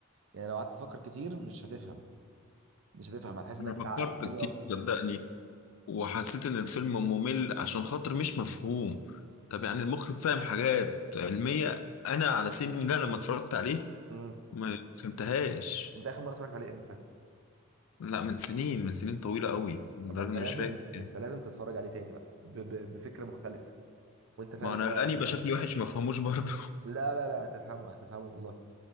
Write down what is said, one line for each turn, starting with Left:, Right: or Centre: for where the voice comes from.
Right: يعني لو قعدت تفكر كتير مش هتفهم مش هتفهم هتحس انك
Left: انا فكرت
Right: اتعقدت الدنيا
Left: كتير
Right: اكتر
Left: صدقني وحسيت ان الفيلم ممل عشان خاطر مش مفهوم طب يعني المخرج فاهم حاجات علمية انا على سني ده لما اتفرجت عليه
Right: امم
Left: ما فهمتهاش
Right: انت اخر مره اتفرجت عليه امتى
Left: لا من سنين من سنين طويلة قوي لدرجة
Right: طب ما انت
Left: اني
Right: لازم
Left: مش فاكر كده
Right: انت لازم تتفرج عليه تاني بقى ب... ب... بفكر مختلف وانت فاهم
Left: ما انا
Right: شويه
Left: الاني
Right: على الموضوع
Left: يبقى شكلي
Right: ده.
Left: وحش ما فهموش برضه
Right: لا لا لا هتفهمه هتفهمه والله